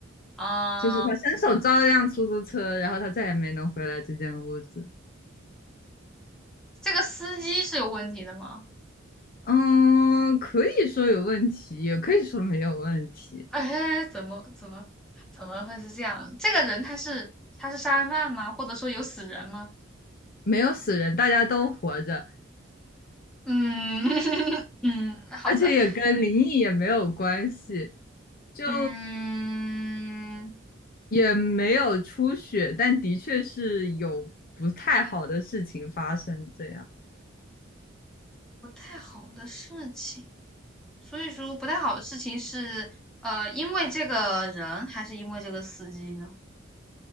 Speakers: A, in the centre; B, on the left (about 45°).
A: 啊、
B: 就是他伸手招了辆出租车，然后他再也没能回来这间屋子。
A: 这个司机是有问题的吗？
B: 嗯，可以说有问题，也可以说没有问题。
A: <laughs> 哎，怎么怎么怎么会是这样？这个人他是他是杀人犯吗？或者说有死人吗？
B: 没有死人，大家都活着。
A: 嗯 <laughs> 嗯，好的，
B: 而且也跟灵异也没有关系，就
A: 嗯，
B: 也没有出血，但的确是有不太好的事情发生。这样，
A: 不太好的事情，所以说不太好的事情是，呃，因为这个人还是因为这个司机呢？